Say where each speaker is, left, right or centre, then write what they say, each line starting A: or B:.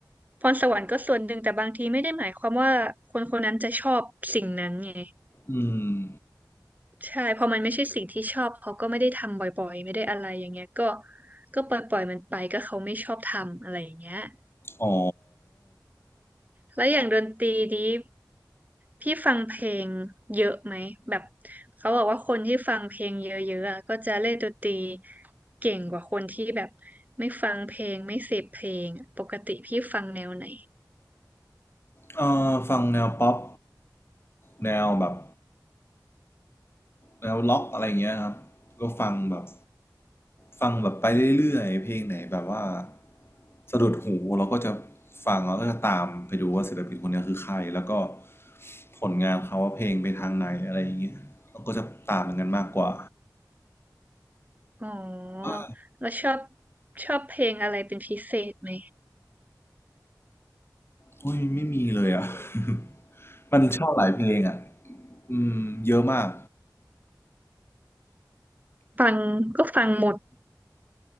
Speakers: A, on the right; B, on the left.
A: พรสวรรค์ก็ส่วนหนึ่งแต่บางทีไม่ได้หมายความว่าคนคนนั้นจะชอบสิ่งนั้นไง
B: อืม
A: ใช่พอมันไม่ใช่สิ่งที่ชอบเขาก็ไม่ได้ทำบ่อยๆไม่ได้อะไรอย่างเงี้ยก็ก็ปล่อยปล่อยมันไปก็เขาไม่ชอบทำอะไรอย่างเงี้ย
B: อ๋อ
A: แล้วอย่างดนตรีนี้พี่ฟังเพลงเยอะไหมแบบเขาบอกว่าคนที่ฟังเพลงเยอะๆอะก็จะเล่นดนตรีเก่งกว่าคนที่แบบไม่ฟังเพลงไม่เสพเพลงอะปกติพี่ฟังแนวไหน
B: เอ่อฟังแนวป๊อปแนวแบบ แล้วล็อกอะไรเงี้ยครับก็ฟังแบบฟังแบบไปเรื่อยๆเพลงไหนแบบว่าสะดุดหูเราก็จะฟังแล้วก็จะตามไปดูว่าศิลปินคนเนี้คือใครแล้วก็ผลงานเขาว่าเพลงไปทางไหนอะไรอย่างเงี้ยเราก็จะตามเหมอนกันมากกว่า
A: อ๋อแล้วชอบ
B: ว่า
A: ชอบเพลงอะไรเป็นพิเศษไหม
B: โอ้ยไม่มีเลยอ่ะ <laughs> มันชอบหลายเพลงอ่ะอืมเยอะมาก
A: ฟังก็ฟังหมด